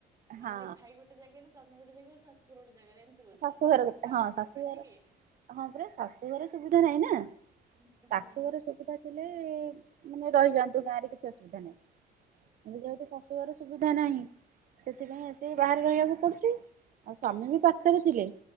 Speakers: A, on the right (about 20°); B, on the right (about 55°).
A: ମାନେ
B: ହଁ
A: ଭାଇ ଗୋଟେ ଜାଗାରେ ତମେ ଗୋଟେ ଜାଗାରେ ଶାଶୁୁର ଗୋଟେ। ଜାଗାରେ ଏମିତି ରହୁଛ?
B: ଶାଶୁଘର
A: ପୁଅ
B: ଗୋଟେ
A: ପାଠ
B: ହଁ
A: ପଢା
B: ଶାଶୁଘର
A: ପାଇଁ ନାଇଁ କି?
B: ହଁ ପୁରା ଶାଶୁ ଘର ସୁବିଧା ନାହିଁ ନା।
A: ହୁଁ ହୁଁ
B: ଶାଶୁଘର ସୁବିଧା ଥିଲେ। ମାନେ ରହିଯାଆନ୍ତୁ ଗାଁ ରେ କିଛି ଅସୁବିଧା ନାହିଁ କିନ୍ତୁ ଯେହେତ। ସୁବିଧା ନାହିଁ ସେଥିପାଇଁ ଆସ ବାହାରେ ରହିବାକୁ ପଡୁଛି ଆଉ ସ୍ଵାମୀ ବି। ପାଖରେ ଥିଲେ